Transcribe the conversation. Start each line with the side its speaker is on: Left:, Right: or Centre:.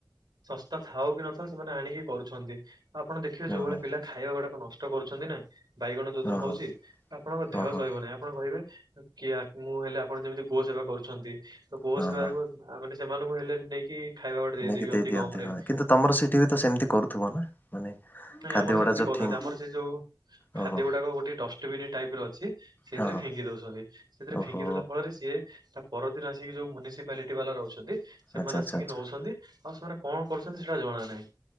Right: ଶସ୍ତା ଥାଉ କି ନଥାଉ ସେମାନେ ଆଣିକି କରୁଛନ୍ତି। ଆପଣ ଦେଖିବେ
Left: ହଁ
Right: ଯୋଉଭଳିଆ
Left: ହଁ
Right: ପିଲା ଖାଇବା ଗୁଡାକ ନଷ୍ଟ କରୁଛନ୍ତି ନା, ବାଇଗଣ ଯୋଉ
Left: ହଁ
Right: ଦିନ ହଉଛି,
Left: ହଁ
Right: ଆପଣଙ୍କ
Left: ହଁ
Right: ଦେହ
Left: ହଁ
Right: ସହିବନେଇ। ଆପ ଆପଣ କହିବେ କି ମୁଁ ହେଲେ ଆପଣ ଯେମିତି ଗୋ ସେବା କରୁଛନ୍ତି, ତ ଗୋ
Left: ହଁ
Right: ସେବା
Left: ହଁ
Right: ବି ଆ ମାନେ ସେମାନଙ୍କୁ ହେଲେ ନେଇକି ଖାଇବା ଗୋଟେ ଦେଇଦେବି
Left: ନେଇକି ଦେଇ
Right: ଅତି
Left: ଦିଅନ୍ତି
Right: କମରେ।
Left: ହଁ କିନ୍ତୁ ତମର ସେଠି ବି ତ ସେମତି କରୁଥିବ ନା? ମାନେ
Right: ନାଇଁ
Left: ଖାଦ୍ୟ
Right: ଆମର ସେମିତି
Left: ଗୁଡା ଯୋଉ
Right: କରୁନାହାଁନ୍ତି।
Left: ଠିକ
Right: ଆମର ସେ ଯୋଉ ଖାଦ୍ୟ
Left: ଓହୋ
Right: ଗୁଡାକ ଗୋଟେ ଡଷ୍ଟବିନ୍ ଟାଇପର ଅଛି ସେଇଥିରେ
Left: ହଁ ହଁ
Right: ଫିଙ୍ଗି ଦଉଛନ୍ତି। ସେଥିରେ
Left: ଓହୋ
Right: ଫିଙ୍ଗିଦେଲା ଫଳରେ ସିଏ ତା ପରଦିନ ଆସିକି ଯୋଉ ମ୍ୟୁନିସିପାଲିଟି ବାଲା ରହୁଛନ୍ତି, ସେମାନେ
Left: ଆଚ୍ଛା ଆଚ୍ଛା
Right: ଆସିକି
Left: ଆଚ୍ଛା
Right: ନଉଛନ୍ତି ଆଉ ସେମାନେ କଣ କରୁଛନ୍ତି, ସେଇଟା ଜଣା ନାହିଁ।